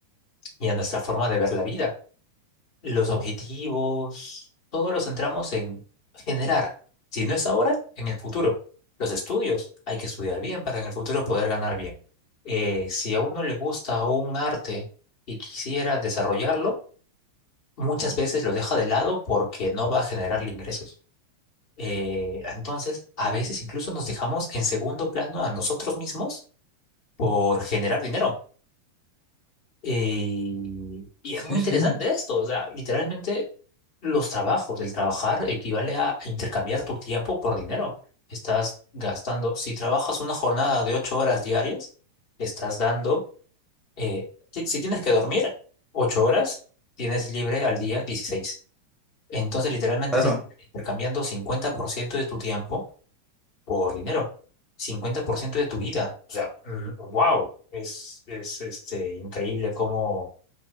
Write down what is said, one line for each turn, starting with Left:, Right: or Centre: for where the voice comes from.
Left: y a nuestra forma de ver la vida. los ¿no? objetivos, todos los centramos en generar. Si no es ahora, en el futuro. Los estudios, hay que estudiar bien para en el futuro poder ganar bien. Eh, si a uno le gusta un arte y quisiera desarrollarlo, muchas veces lo deja de lado porque no va a generarle ingresos. Eh, entonces, a veces incluso nos dejamos en segundo plano a nosotros mismos por generar dinero. Eh, y es
Centre: Sí,
Left: muy interesante
Centre: sí.
Left: esto, o sea, literalmente los trabajos, el trabajar equivale a intercambiar tu tiempo por dinero. Estás gastando, si trabajas una jornada de ocho horas diarias, estás dando, eh, si, si tienes que dormir ocho horas, tienes libre al día dieciséis Entonces, literalmente
Centre: Claro.
Left: estás intercambiando 50% de tu tiempo por dinero, 50% de tu vida. O sea, wow, es, es este, increíble cómo